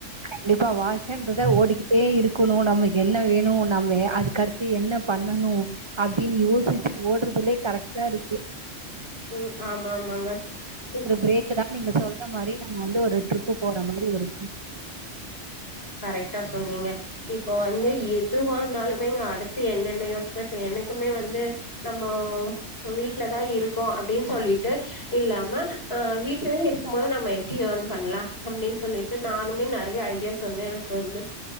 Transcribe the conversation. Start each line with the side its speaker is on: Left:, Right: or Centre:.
Right: கண்டிப்பா வாழ்கன்றது ஓடிக்கிட்டே இருக் கணும் நம்ம என்ன வேணும் நம்ம அதுகடுத்து என்ன பண்ணணு அப்படின் யோசிச் ஓடுறதுலே கரெக்டா இருக்கு
Left: ம் ஆமா ஆமாங்க இப்
Right: பிரேக் தான் நீங்க சொல்ற மாரி நம்ம வந்து ஒரு டிரிப்பு போற மாரி ஒரு
Left: கரெக்ட்டா சொன்னீங்க இப்ப வந்து எதுவானாலுமே இங்க அடுத்து என்னென்ன யோசிக்க இப்ப எனக்குமே வந்து நம்ம வீட்டுல தா இருக்கோ அப்படின்னு சொல்லிட்டு இல்லாம அஹ் வீட் வீட்லேயே இருக்கும் போது நம்ம எப்படி ஏர்ன் பண்ணலாம் அப்படின்னு சொல்லிட்டு நான் இன்னுமே நறைய ஐடியாஸ் சொந்து எனக்கு வந்து